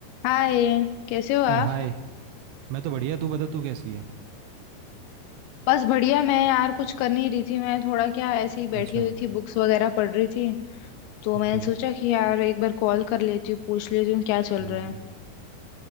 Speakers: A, on the left; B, on the right.
A: हाय कैसे हो आप
B: अरे हाय मैं तो बढ़िया तू बता तू कैसी है
A: बस बढ़िया मैं यार कुछ कर नहीं रही थी मैं थोड़ा क्या ऐसे ही बैठी
B: अच्छा
A: हुई थी बुक्स वगैरह पढ़ रही थी तो मैंने
B: ओके
A: सोचा कि यार एक बार कॉल कर लेती हूँ पूछ लेती हूँ क्या चल
B: हम्म
A: रहा है